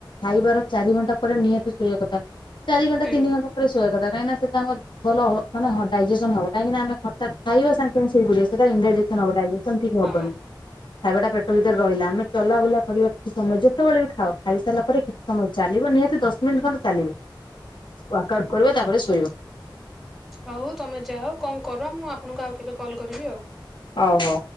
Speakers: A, on the left; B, in the centre.
A: ଖାଇବାର ଚାରି ଘଣ୍ଟା ପରେ ନିହାତି ଶୋଇବା କଥା ଚାରି ଘଣ୍ଟା
B: ହୁଁ
A: ତିନି ଘଣ୍ଟା ଶୋଇବା କଥା ସେଟା ଆମ ଭଲ ମାନେଡାଇଜେସନ ହବ କାହିଁକିନା ଆମେ ହଠାତ୍ ଖାଇବା ସାଙ୍ଗେ ସଙ୍ଗେ ସୋଇପଡ଼ିବା ଇନ୍ଡ଼ାଇଯେସନ ଡ଼ାଇଯେସନ ଠିକ ହବନି
B: ହଁ
A: ଖାଇବା ଟା ପେ ଭିତରେ ରହିଲା ଆମେ ଚଲାବୁଲା କରିବା କିଛି ସମୟ ଯେତେବେଳେ ବି ଖାଉ ଖାଇସାରିଲା ପରେ କିଛି ସମୟ ଚାଲିବ ନିହାତି ଦଶ ଦିମିନଟ୍ ଖଣ୍ଡ ଚାଲିବ ୱାକ୍ ଆଉଟ୍ କରିବ ତାପରେ ଶୋଇବ।
B: ହଉ ତମେ ଯାଅ କଣ କର ମୁଁ ଆପଣଙ୍କୁ ଆଉ କେବେ କଲ୍ କରିବି ଆଉ।
A: ହଉ ହଉ।